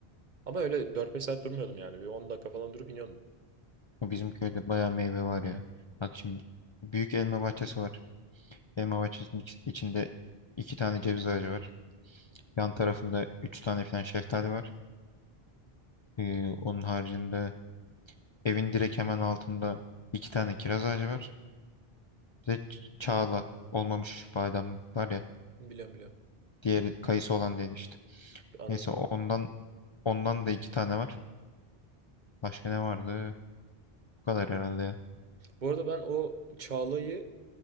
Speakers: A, on the right (about 50°); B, on the left (about 45°).
A: Ama öyle dört beş saat durmuyordum yani. Bir 10 dakika falan durup iniyordum.
B: Bizim köyde bayağı meyve var ya. Bak şimdi büyük elma bahçesi var. Elma bahçesinin iç- içinde iki tane ceviz ağacı var. Yan tarafında üç tane falan şeftali var. Ee, onun haricinde evin direkt hemen altında iki tane kiraz ağacı var. Bir de ç- çağla olmamış badem var ya.
A: Biliyorum biliyorum.
B: Diğeri kayısı olan değil işte.
A: Anladım.
B: Neyse ondan ondan da iki tane var. Başka ne vardı? Bu kadar herhalde ya.
A: Bu arada ben o Çağla'yı